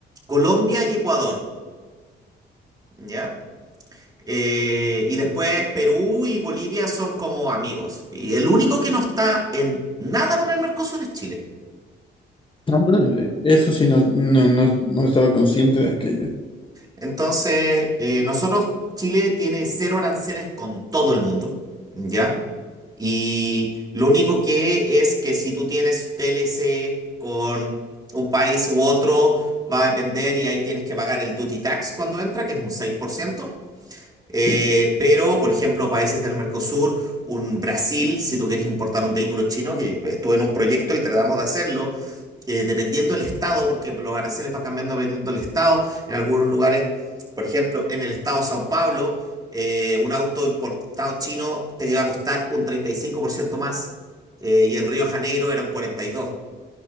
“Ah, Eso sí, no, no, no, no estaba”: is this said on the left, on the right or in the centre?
Left